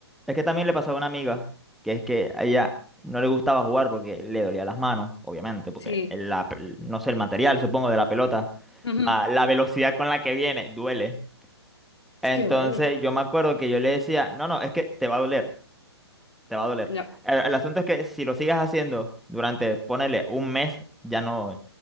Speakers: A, in the centre; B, on the left (about 75°).
A: Es que también le pasaba a una amiga, que es que a ella no le gustaba jugar porque le dolía las manos, obviamente, porque
B: Sí.
A: el- la no sé, el material, supongo, de la pelota,
B: Ujú.
A: ah, la velocidad con la que viene, duele.
B: Es
A: Entonces
B: que duele.
A: yo me acuerdo que yo le decía, no, no, es que te va a doler, te va a doler.
B: No.
A: El, el asunto es que si lo sigas haciendo durante, ponele, un mes, ya no,